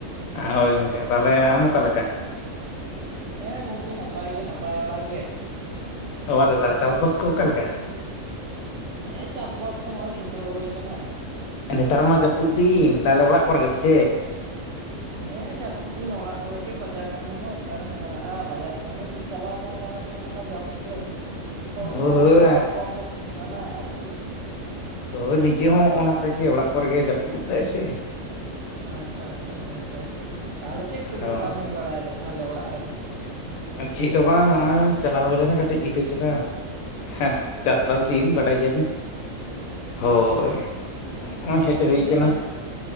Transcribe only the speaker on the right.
ᱦᱮᱸ ᱜᱚᱝᱠᱮ ᱱᱟᱯᱟᱭ ᱜᱮ, ᱱᱟᱯᱟᱭ ᱵᱟᱲᱟ ᱜᱮ ᱾
ᱦᱮᱸ ᱪᱟᱥᱵᱟᱥ ᱦᱚᱸ ᱱᱚᱜᱼᱚᱭ ᱪᱷᱩᱴᱟᱹᱣ ᱦᱩᱭ ᱟᱠᱟᱱᱟ᱾
ᱦᱮᱸ ᱡᱟᱹᱯᱩᱫ ᱫᱤᱱ ᱚᱲᱟᱜ ᱠᱚᱨᱮ ᱜᱮ ᱵᱟᱡᱟᱨ ᱠᱟᱹᱢᱤ ᱦᱚᱸ ᱚᱠᱟᱨᱮᱢ ᱪᱟᱞᱟᱜᱼᱟ, ᱵᱟᱡᱟᱨ ᱠᱟᱹᱢᱤ ᱪᱟᱞᱟᱣ ᱵᱟᱝ ᱜᱟᱱᱚᱜ ᱠᱟᱱᱟ ᱚᱱᱟ ᱡᱟᱹᱯᱩᱫ ᱨᱮ ᱦᱚᱲ ᱠᱚ
ᱠᱟᱹᱢᱤ
ᱠᱚᱦᱚᱸ ᱵᱟᱠᱚ ᱮᱢᱚᱜ ᱠᱟᱱᱟ ᱟᱨᱠᱤ ᱾
ᱟᱪᱪᱷᱟ, ᱟᱪᱪᱷᱟ ᱦᱮᱸ ᱛᱚ ᱛᱟᱦᱚᱞᱮ ᱪᱮᱫ ᱠᱚᱵᱤᱱ
ᱠᱟᱹᱢᱤ ᱵᱟᱲᱟᱭᱮᱫᱟ ᱛᱟᱦᱚᱞᱮ ᱚᱲᱟᱜ ᱨᱮᱫᱚ?
ᱟᱪᱪᱷᱟ
ᱟᱪᱪᱷᱟ
ᱟᱪᱪᱷᱟ ᱟᱪᱪᱷᱟ
ᱛᱟᱦᱚᱞᱮ
ᱛᱤᱱᱟᱹᱜ
ᱜᱟᱱ